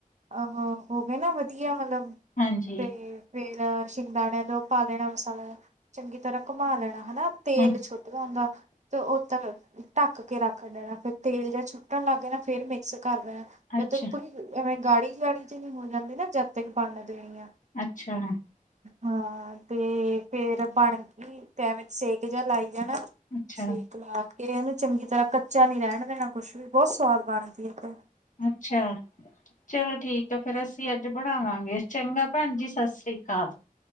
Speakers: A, on the right (about 55°); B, on the left (about 60°).
A: ਆਹੋ ਹੋਵੇ ਨਾ ਵਧੀਆ ਮਤਲਬ
B: ਹਾਂਜੀ
A: ਤੇ, ਫੇਰ ਸ਼ਿੰਗਦਾਣੇ ਦਾ ਉ ਪਾ ਦੇਣਾ ਮਸਾਲਾ ਜਾ। ਚੰਗੀ ਤਰਾਂ ਘੁੰਮਾ ਲੈਣਾ ਹਨਾ ਤੇਲ
B: ਹ
A: ਛੁੱਟ ਜਾਂਦਾ ਤੇ ਓ ਤਕ ਟਾੱਕ ਕੇ ਰੱਖ ਦੇਣਾ, ਫੇਰ ਤੇਲ ਜਾ ਛੁੱਟਣ ਲਾੱਗੇ ਨਾ ਫੇਰ ਮਿਕਸ ਕਾਰ ਦੇਣਾ।
B: ਅੱਛਾ
A: ਜਦ ਤਕ ਪੂਰੀ ਐਵੇਂ ਗਾੜੀ, ਗਾੜੀ ਜੀ ਨੀ ਹੋ ਜਾਂਦੀ ਨਾ, ਜਦ ਤਕ ਬਣਨ ਦੇਣੀ ਆ।
B: ਅੱਛਾ।
A: ਹਾਂ ਤੇ ਫੇਰ ਬਣ ਗੀ ਤੇ ਐਵੇਂ ਸੇਕ ਜਾ ਲਾਈ ਜਾਣਾ।
B: ਅੱਛਾ
A: ਸੇਕ ਲਾ ਕੇ ਐਨੂੰ ਚੰਗੀ ਤਰਾਂ, ਕੱਚਾ ਨੀ ਰੈਣ ਦੇਣਾ ਕੁੱਛ ਵੀ ਬੋਤ ਸਵਾਦ ਬਣਦੀ ਐ ਤੇ।
B: ਅੱਛਾ। ਚਲੋ ਠੀਕ ਐ ਫੇਰ ਅਸੀ ਅਜ ਬਣਾਵਾਂਗੇ, ਚੰਗਾ ਭੈਣ ਜੀ ਸਸ੍ਰੀ ਕਾਲ।